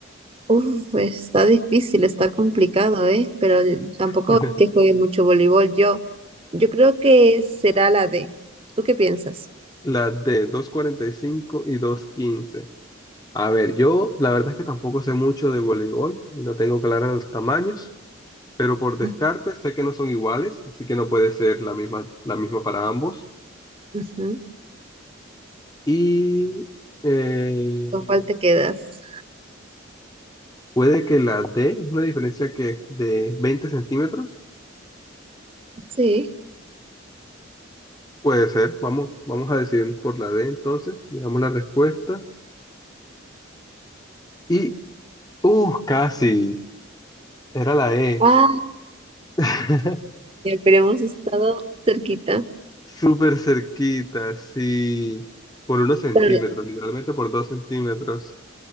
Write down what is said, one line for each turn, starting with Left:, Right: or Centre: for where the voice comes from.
Right: Uf, pues, está difícil, está complicado, ¿eh? Pero de- tampoco
Left: <laughs>
Right: es que juegue mucho voleibol. Yo, yo creo que será la D. ¿Tú qué piensas?
Left: La D 2.45 y 2.15. A ver, yo la verdad es que tampoco sé mucho de voleibol y no tengo claros los tamaños, pero por descarte
Right: Mm,
Left: sé que no son iguales, así que no puede ser la misma, la misma para ambos.
Right: ujú.
Left: Y eh,
Right: ¿Con cuál te quedas?
Left: puede que la D, una diferencia que de 20 centímetros.
Right: Sí.
Left: Puede ser, vamos, vamos a decidirnos por la D entonces, miramos la respuesta. Y, uh, casi, era la E.
Right: Ah,
Left: <laughs>
Right: ya, pero hemos estado cerquita.
Left: Súper cerquita, sí, por unos centímetros,
Right: Pero
Left: literalmente por dos centímetros